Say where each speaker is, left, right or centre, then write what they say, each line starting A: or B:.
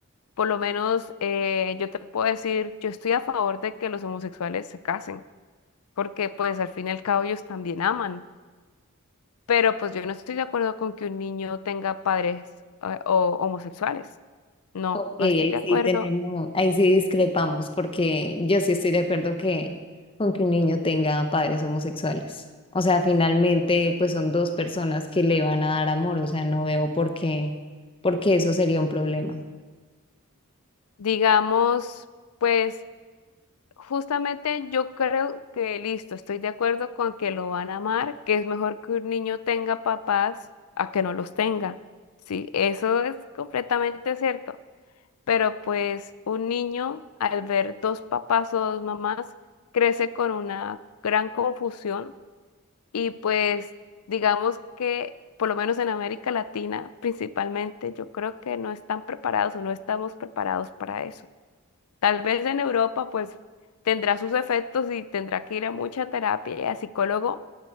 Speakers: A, on the left; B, on the left.
A: Por lo menos eh, yo te puedo decir, yo estoy a favor de que los homosexuales se casen, porque pues al fin y al cabo ellos también aman, pero pues yo no estoy de acuerdo con que un niño tenga padres eh, o homosexuales. No,
B: Ok,
A: no
B: ahí
A: estoy de acuerdo.
B: sí tenemos, ahí sí discrepamos, porque yo sí estoy de acuerdo que con que un niño tenga padres homosexuales. O sea, finalmente, pues son dos personas que le van a dar amor, o sea, no veo por qué, por qué eso sería un problema.
A: Digamos, pues Justamente yo creo que listo, estoy de acuerdo con que lo van a amar, que es mejor que un niño tenga papás a que no los tenga. Sí, eso es completamente cierto. Pero pues un niño al ver dos papás o dos mamás crece con una gran confusión y pues digamos que por lo menos en América Latina principalmente yo creo que no están preparados o no estamos preparados para eso. Tal vez en Europa, pues tendrá sus efectos y tendrá que ir a mucha terapia y a psicólogo,